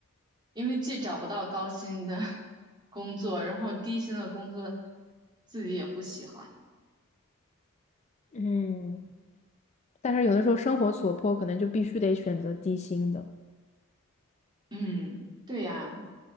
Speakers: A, on the right (about 20°); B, on the left (about 30°).
A: 因为既找不到高薪的 <laughs> 工作，然后低薪的工作自己也不喜欢。
B: 嗯，但是有的时候生活所迫，可能就必须得选择低薪的，
A: 嗯，对呀，